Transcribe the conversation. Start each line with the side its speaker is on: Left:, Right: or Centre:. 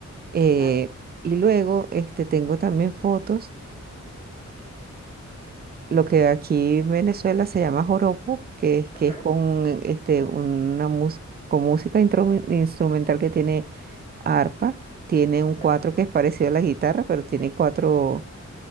Right: Eh,
Left: claro.
Right: y luego este, tengo también fotos lo que aquí en Venezuela se llama joropo, que es, que
Left: Ajá,
Right: es con, este, una mus- con música intru- instrumental que tiene arpa, tiene un
Left: ajá,
Right: cuatro que es parecido a la guitarra, pero tiene cuatro,